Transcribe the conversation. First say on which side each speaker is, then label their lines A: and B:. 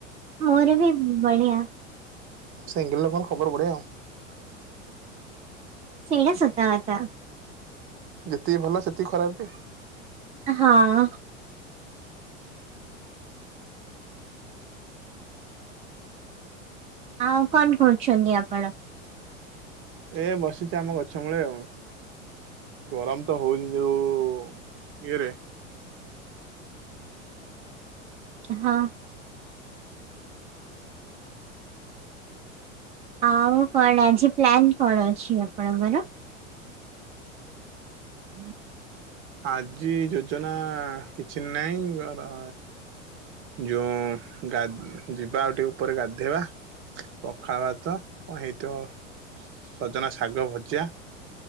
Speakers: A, on the right (about 15°); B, on the right (about 30°).
A: ମୋର ବି ବଢିଆ।
B: ସିଙ୍ଗଲ୍ ଲୋକଙ୍କ ଖବର ବଢିଆ ଆଉ।
A: ସେଇଟା ସତ କଥା।
B: ଯେତିକି ଭଲ ସେତିକି ଖରାପ ବି।
A: ହଁ। ଆଉ କଣ କରୁଛନ୍ତି ଆପଣ?
B: ଏ ବସିଚି ଆମ ଗଛ ମୂଳେ ଆଉ। ଗରମ ତ ହଉନି ଯେଉଇଏରେ।
A: ହଁ। ଆଉ କଣ ଆଜି ପ୍ଲାନ କଣ ଅଛି ଆପଣଙ୍କର? <inaudible>
B: ଆଜି ଯୋଜନା କିଛି ନାହିଁ ଘର ଯୋଉ ଗା ଯିବା ଆଉ ଟିକେ ଉପରେ ଗାଧେଇବା। ପଖାଳ ଭାତ କଣ ହେଇଥିବ ସଜନା ଶାଗ ଭଜା।